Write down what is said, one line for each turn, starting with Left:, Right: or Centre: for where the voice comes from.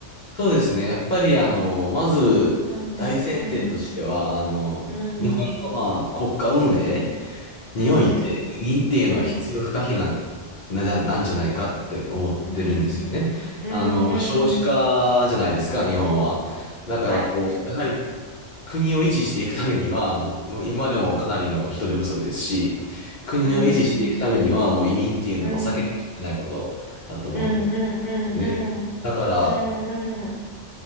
Left: そうですね。やっぱり、あの、まず、
Right: うん、
Left: 大前提としては、
Right: うん、
Left: あの、
Right: うん、
Left: 日本の、まあ、国家運営において、
Right: うん、
Left: 移民っていうのは必要不可避な、
Right: うん。
Left: なじゃ、なんじゃないかって思ってるんですよね。
Right: うんうんうん
Left: あの、少子化じゃないですか、日本は。だから、
Right: はい
Left: こう、やはり、国を維持していくためには、もう今今でもかなりの人手不足ですし、国を維持していくためには、
Right: うん
Left: もう移民っていうのも避けては通れないことだと思って
Right: うんうんうんうんうんう
Left: ね。だから、
Right: んうんうん